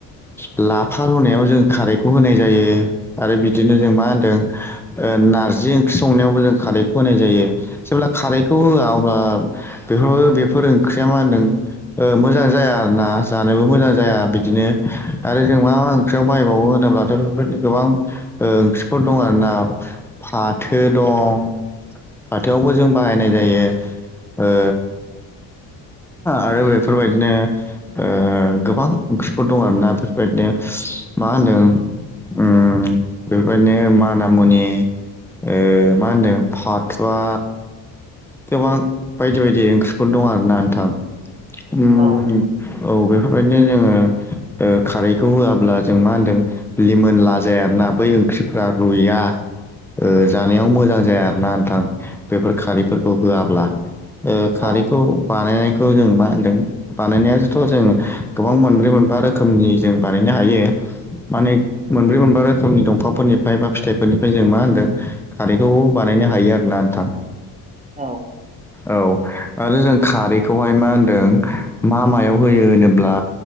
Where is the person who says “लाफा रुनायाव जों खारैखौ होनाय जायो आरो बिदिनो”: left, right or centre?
Centre